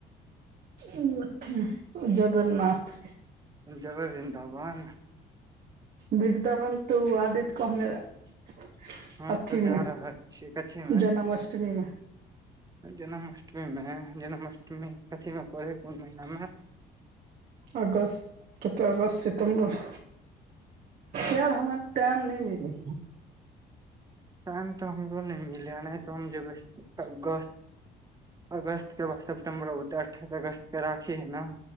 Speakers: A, on the right; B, on the right.
A: ओतय जगरन्नाथ
B: जबै बिन्दाबन
A: बिन्दाबन तऽ उ आदित कहने रहैय
B: हम
A: अथी
B: तऽ जा
A: मे
B: रहल छियै कथी मे
A: जन्माष्टमी मे
B: जन्माष्टमी मे जन्माष्टमी कथी मे पड़े हऽ कोन महिना मे
A: अगसट कतऽ अगसत सितम्बर यार हमरा टाइम नहि मिलै
B: टाइम तऽ हमरो नहि मिले हऽ ओनहि तऽ हम जेबै गस्त अगस्त के बाद सेप्टम्बरऽ अठाइस अगस्त के राखी है नऽ